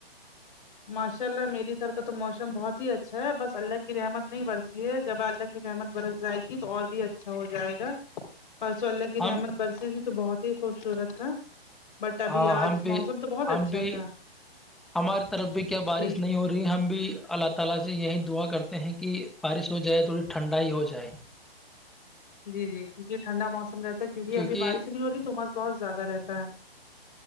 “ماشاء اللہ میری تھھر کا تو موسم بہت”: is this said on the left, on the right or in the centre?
Left